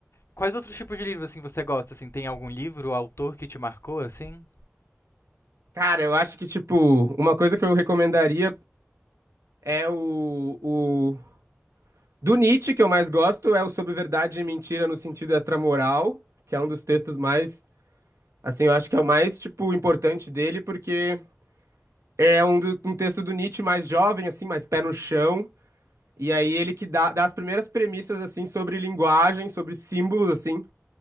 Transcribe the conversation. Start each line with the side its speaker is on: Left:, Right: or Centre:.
Left: quais outros tipos de livros, assim, você gosta? Assim, tem algum livro, autor que te marcou, assim?
Right: Cara, eu acho que, tipo, uma coisa que eu recomendaria é o, o... Do Nietzsche, que eu mais gosto, é o Sobre Verdade e Mentira no Sentido Extramoral, que é um dos textos mais Assim, eu acho que é o mais, tipo, importante dele, porque é um, do- um texto do Nietzsche mais jovem, assim, mais pé no chão. E aí ele que dá, dá as primeiras premissas, assim, sobre linguagem, sobre símbolos, assim.